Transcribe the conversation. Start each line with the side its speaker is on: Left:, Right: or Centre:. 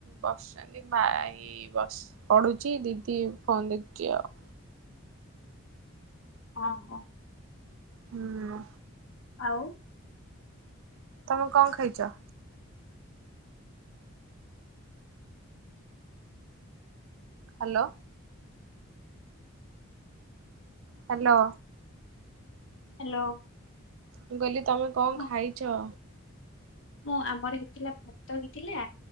Right: ବସିଛନ୍ତି। ଭାଇ ବ ପଢୁଛି ଦିଦି ଫୋନ ଦେଖୁଛି ଆଉ।
Left: ହଁ ହଁ।
Right: ହୁଁ।
Left: ଆଉ?
Right: ତମେ କଣ ଖାଇଛ? ହ୍ୟାଲୋ। ହ୍ୟାଲୋ।
Left: ହ୍ୟାଲୋ।
Right: ମୁ କହିଲି ତମେ କଣ
Left: ହଁ
Right: ଖାଇଛ?
Left: ମୁଁ ଆମର ହେଇଥିଲା ଭାତ ହେଇଥିଲା